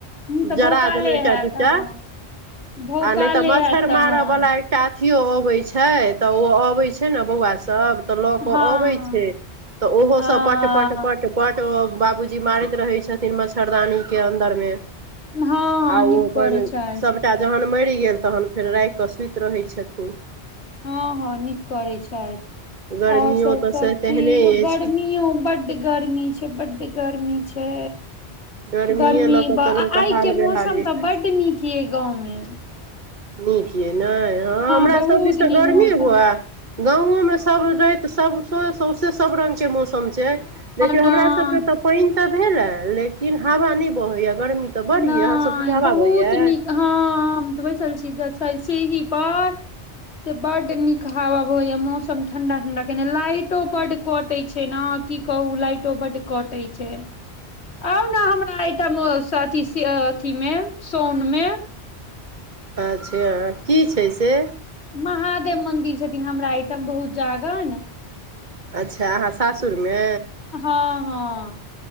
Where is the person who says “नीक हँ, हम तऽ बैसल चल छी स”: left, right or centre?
Left